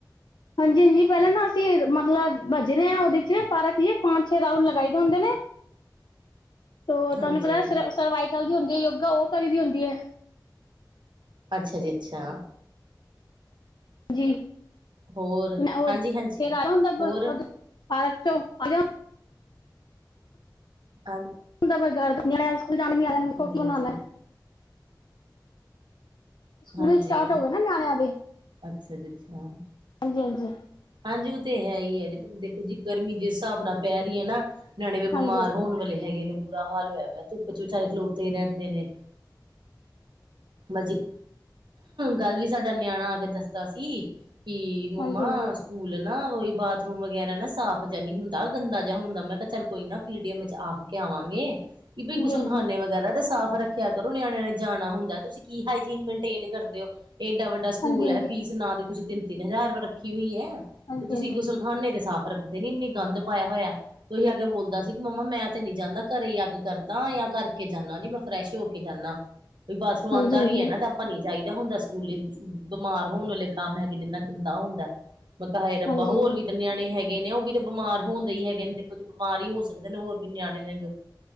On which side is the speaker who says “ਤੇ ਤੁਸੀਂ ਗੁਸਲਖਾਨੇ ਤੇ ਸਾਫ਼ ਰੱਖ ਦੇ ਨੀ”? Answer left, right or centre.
Right